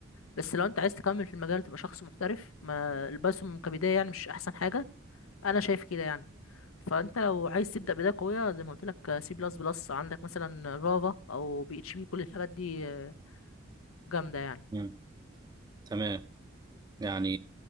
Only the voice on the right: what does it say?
مم. تمام يعني